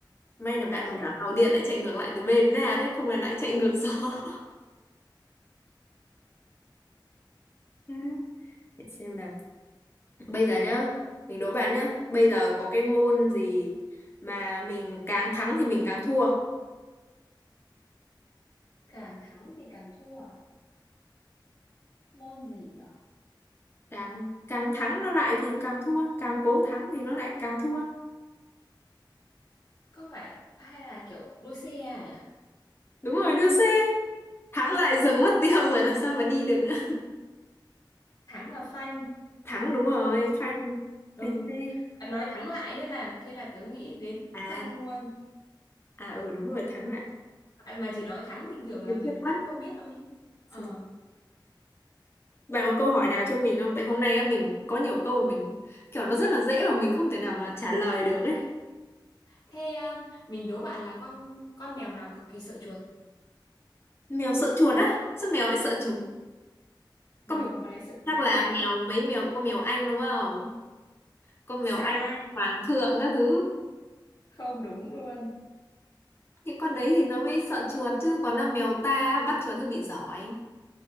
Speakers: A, on the left; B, on the left.
A: May là bạn
B: chạy
A: còn bảo tàu điện lại chạy ngược lại từ B đến A đấy, không là lại chạy ngược gió. <laughs> Ừ. Để xem nào. Bây giờ nhá, mình đố bạn nhá. Bây giờ có cái môn gì mà mình càng thắng thì mình càng thua.
B: càng thắng thì càng thua môn gì nhỉ
A: Càng càng thắng nó lại thì càng thua, càng cố thắng thì nó lại càng thua.
B: có phải hay là kiểu đua xe à nhỉ
A: Đúng rồi, đưa xe. Thắng lại dừng mất tiêu rồi làm sao mà đi được nữa.
B: Ừ. thắng là phanh
A: Thắng đúng rồi, phanh
B: ừ
A: phanh xe.
B: bạn nói thắng lại thế là thế là tớ nghĩ đến
A: À,
B: phanh luôn
A: à ừ đúng rồi, thắng lại.
B: bạn mà chỉ nói thắng bình thường là
A: Thật
B: mình
A: chất quá.
B: cũng không biết đâu nhỉ
A: Sự-
B: ờ
A: Bạn có câu hỏi nào cho mình không? Tại hôm nay á mình có nhiều câu mình kiểu nó rất là dễ mà mình không thể nào mà trả lời được ấy.
B: thế à, mình đố bạn là con con mèo nào cực kỳ sợ chuột
A: Mèo sợ chuột á? Sao mèo lại sợ
B: ừ
A: chuột?
B: mèo
A: Con
B: mà lại sợ
A: chắc
B: chuột
A: là
B: mới hay
A: mèo mấy mèo con mèo Anh đúng không? Con
B: sai
A: mèo Anh hoàng thượng các thứ.
B: không đúng luôn
A: Những con đấy thì nó mới sợ chuột chứ còn là mèo ta á, bắt chuột hơi bị giỏi.